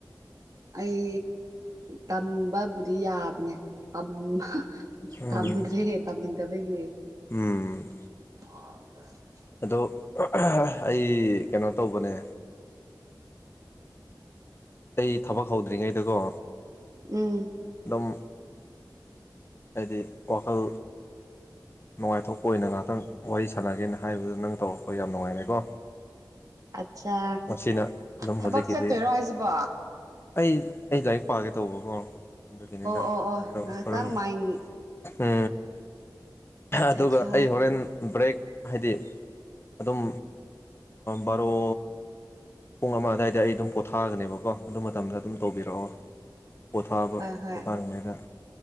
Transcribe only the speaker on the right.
ꯑꯩ ꯇꯝꯕꯕꯨꯗꯤ ꯌꯥꯕꯅꯦ ꯇꯝꯕ
ꯇꯝꯗ꯭ꯔꯦꯦ ꯇꯝꯗꯕꯒꯤꯦ
ꯑ
ꯎꯝ
ꯑꯠꯆꯥ
ꯊꯕꯛ
ꯆꯠꯇꯣꯏꯔꯣ ꯍꯥꯏꯁꯤꯕꯣ
ꯑꯣ ꯑꯣ ꯉꯥꯏꯍꯥꯛꯇꯪ
ꯃꯥꯏ
ꯑꯠꯆꯥ
ꯑꯠꯆꯥ
ꯍꯣꯏ ꯍꯣꯏ